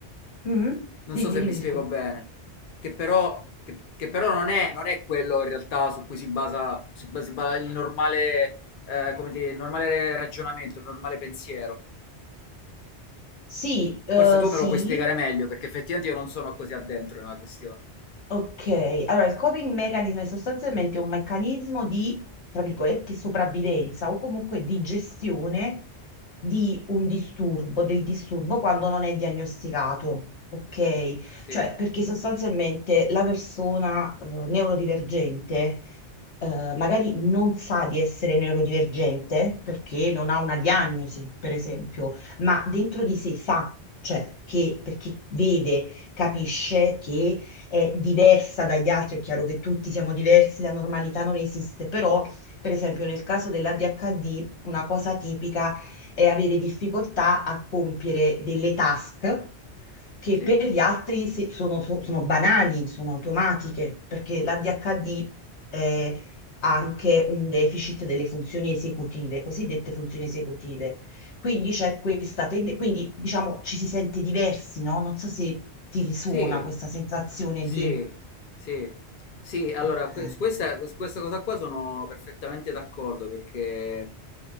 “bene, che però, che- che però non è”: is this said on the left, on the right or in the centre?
Left